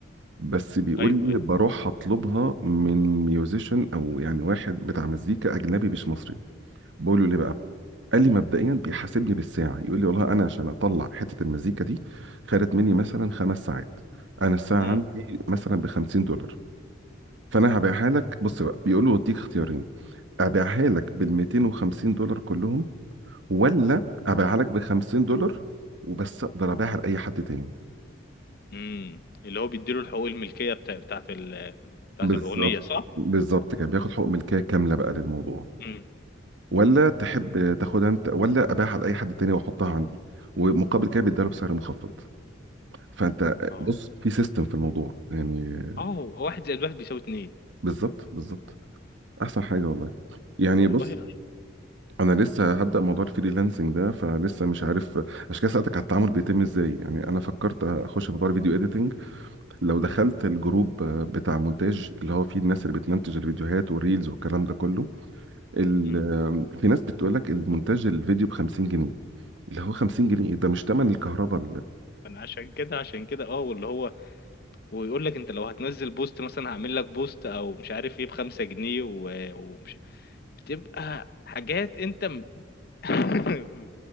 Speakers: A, on the right (about 70°); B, on the left (about 50°).
A: بس بيقول
B: ايوه
A: لي
B: ايوه
A: بروح اطلبها من ميوزيشن او يعني واحد بتاع مزيكا اجنبي مش مصري بقول له ليه بقى قال لي مبدئيا بيحاسبني بالساعه يقول لي والله انا عشان اطلع حته المزيكا دي خدت مني مثلا خمس ساعات انا الساعه
B: امم
A: عندي مثلا ب 50 دولار فانا هبيعها لك بص بقى بيقول له وديك اختيارين ابيعها لك بال 250 دولار كلهم ولا ابيعها لك ب 50 دولار وبس اقدر ابيعها لاي حد تاني
B: امم اللي هو بيديله الحقوق الملكية بتاع بتاعت ال... بتاعت
A: بالظبط
B: الأغنية صح؟
A: بالظبط كده بياخد حقوق ملكيه كامله بقى للموضوع
B: امم
A: ولا تحب تاخدها انت ولا ابيعها لاي حد تاني واحطها عندي ومقابل كده بيديها له بسعر مخفض فانت
B: اه
A: بص في سيستم في الموضوع يعني
B: اه هو واحد زائد واحد بيساوي اتنين
A: بالظبط بالظبط احسن حاجه والله يعني
B: والله
A: بص انا لسه هبدا موضوع الفريلانسنج ده فلسه مش عارف عشان كده سالتك على التعامل بيتم ازاي يعني انا فكرت اخش في موضوع الفيديو اديتنج لو دخلت الجروب بتاع مونتاج اللي هو فيه الناس اللي بتمنتج الفيديوهات والريلز والكلام ده كله ال-
B: امم
A: في ناس بتقول لك المونتاج الفيديو ب 50 جنيه اللي هو 50 جنيه ده مش تمن الكهرباء
B: انا عشان كده عشان كده اه واللي هو ويقول لك انت لو هتنزل بوست مثلا هعمل لك بوست او مش عارف ايه بخمسة جنيه و... ومش بتبقى حاجات انت م- <laughs>